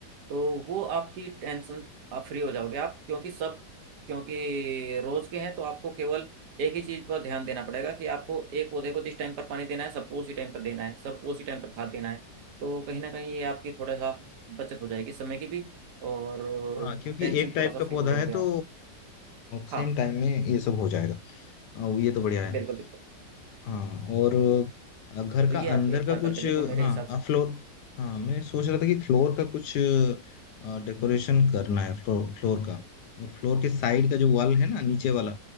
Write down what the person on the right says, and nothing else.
तो वो आपकी टेंशन आप फ्री हो जाओगे आप क्योंकि सब क्योंकि रोज के हैं तो आपको केवल एक ही चीज पर ध्यान देना पड़ेगा कि आपको एक पौधे को जिस टाइम पर पानी देना है सबको उसी टाइम पर देना है सबको उसी टाइम पर खाद देना है तो कहीं ना कहीं ये आपकी थोड़ा सा बचत हो जाएगी समय की भी और
टेंशन
थोड़ा सा
फ्री
हो जाओगे
आप हाँ
बिल्कुल बिल्कुल
तो
ये आप
एक
बार
करके देखो
मेरे
हिसाब से